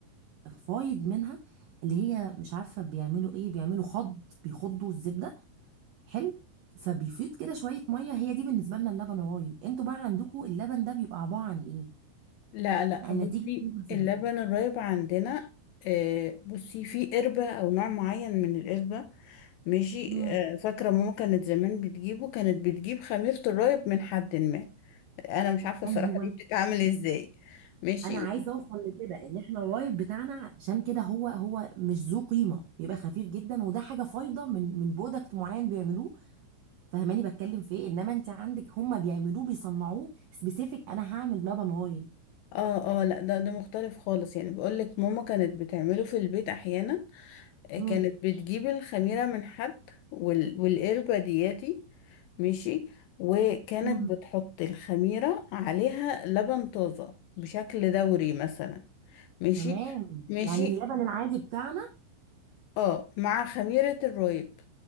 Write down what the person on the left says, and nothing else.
لا لا
بصي
اللبن الرايب عندنا آه بصي في قربة أو نوع معين من القربة ماشي
آه فاكرة ماما كانت زمان بتجيبه كانت بتجيب خميرة الرايب من حد ما انا مش عارفه الصراحه
دي بتتعمل ازاي ماشي
اه اه لا ده ده مختلف خالص يعني بقول لك ماما كانت بتعمله في البيت احيانا آه،
كانت بتجيب الخميره من حد وال... والقربه دياتي ماشي وكانت
بتحط الخميره عليها لبن طازه بشكل دوري مثلا ماشي
ماشي
اه مع خميره الرايب